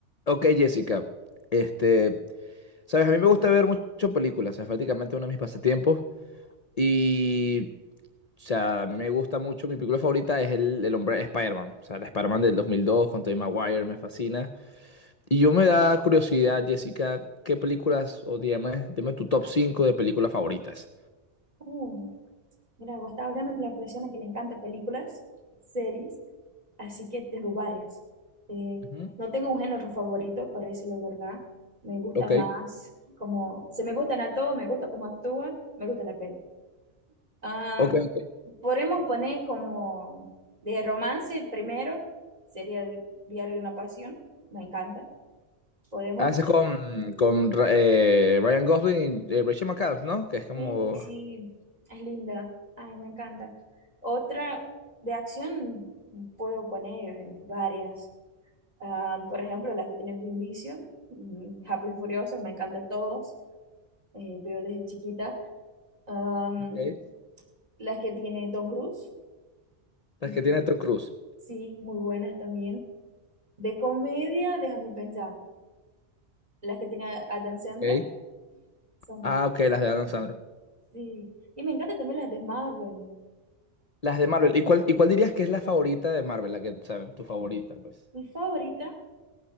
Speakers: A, on the left (about 40°); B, on the right (about 35°).
A: Ok, Jessica, este, sabes, a mí me gusta ver mucho películas, es prácticamente uno de mis pasatiempos y, o sea, a mí me gusta mucho, mi película favorita es el, el hombre Spider-Man, o sea, la Spider-Man del 2002 con Tobey Maguire, me fascina. Y yo me da curiosidad, Jessica, ¿qué películas, o dígame, dime tu top 5 de películas favoritas?
B: Uh, mira, vos estás hablando con la persona que le encanta películas, series, así que tengo varias. Eh,
A: Ujú.
B: no tengo un género favorito, para decirlo la verdad. Me gusta
A: Ok,
B: más como, se me gustan a todos, me gusta cómo actúa, me gusta la peli. Ah,
A: ok, ok.
B: podemos poner como de romance primero, sería el Diario de una Pasión, me encanta. Podemos
A: Haces con, con Ra- eh, Ryan Gosling y eh, Rachel McAdams, ¿no? Que es como...
B: Sí, sí, es linda. Ay, me encanta. Otra de acción puedo poner varias. Ah, por ejemplo, las que tiene Vin Diesel, mm, Rápidos y Furiosos, me encantan todos. eh, veo desde chiquita. Am,
A: Okay.
B: las que tiene Tom Cruise,
A: Las
B: Imposible.
A: que tiene Tom Cruise.
B: sí, muy buenas también. De comedia, déjame pensar. Las que tiene Adam Sandler
A: Ok.
B: son perfectas.
A: Ah, ok, las de Adam Sandler.
B: Sí. Y me encantan también las de Marvel.
A: Las de Marvel. ¿Y cuál, y cuál dirías que es la favorita de Marvel? La que, o sea, tu favorita, pues.
B: Mi favorita.